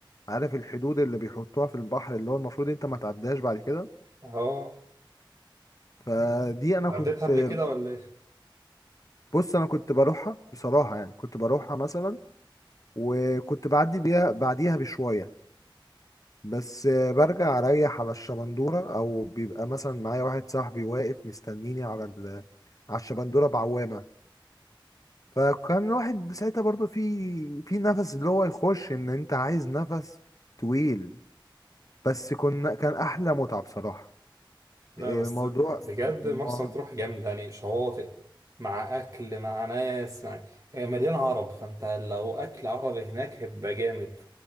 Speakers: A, on the left (about 40°); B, on the right (about 40°).
A: عارف الحدود اللي بيحطوها في البحر اللي هو المفروض انت ما تعداش بعد كده
B: اه
A: فدي انا
B: عديتها
A: كنت
B: قبل كده ولا ايه
A: بص انا كنت بروحها بصراحه يعني كنت بروحها مثلا وكنت بعدي بيها بعديها بشويه بس آه، برجع اريح على الشبندوره او بيبقى مثلا معايا واحد صاحبي واقف مستنيني على ال... على الشبندوره بعوامه فكان الواحد ساعتها برضو في في نفس اللي هو يخش ان انت عايز نفس طويل بس كنا كان احلى متعه بصراحه
B: لا
A: آه،
B: بس
A: موضوع
B: بجد
A: مو-
B: مرسى مطروح جامده يعني شواطئ مع اكل مع ناس مع هي مليانه عرب فانت لو اكل عربي هناك هيبقى جامد